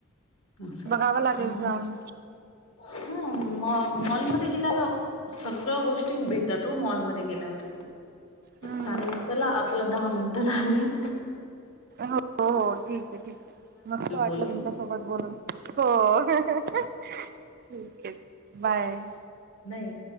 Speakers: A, on the left (about 75°); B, on the right (about 45°).
A: अस आणि
B: बघावं लागेल जाऊन.
A: हा म मॉलमध्येध्ये गेल्या. सगळं गोष्टी भेटतातो मॉलमध्येध्ये गेल्यावर
B: हम्म
A: चालेल चला आपलं दहा मिनटं झाले.
B: हो हो ठीक आहे ठीक आहे मस्त वाटलं
A: बोलून.
B: तुमच्यासोबत बोलून. हो ठीक आहे बाय.
A: नाही.